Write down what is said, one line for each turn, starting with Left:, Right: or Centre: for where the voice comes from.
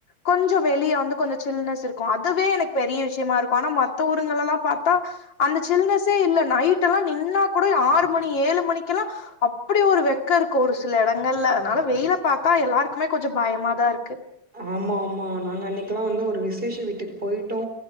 Left: கொஞ்ச வெளிய வந்து கொஞ்ச சில்னஸ் இருக்கு அதுவே எனக்கு பெரிய விஷ்யமா இருக்கு ஆனா மத்த ஊருங்கள்லா பார்த்தா அந்த சில்னஸ்ஸே இல்ல நைட் எல்லா நின்னா கூட ஆறு மணி ஏழு மணிக்கெல்லா அப்டி ஒரு வெக்க இருக்கு ஒரு சில இடங்கள்ல அதனால வெயில பார்த்தா எல்லாருக்குமே கொஞ்ச பயமாதா இருக்கு
Right: ஆமா ஆமா நாங்க அன்னைக்குல்லா வந்து ஒரு விசேஷ வீட்டுக் போயிட்டோ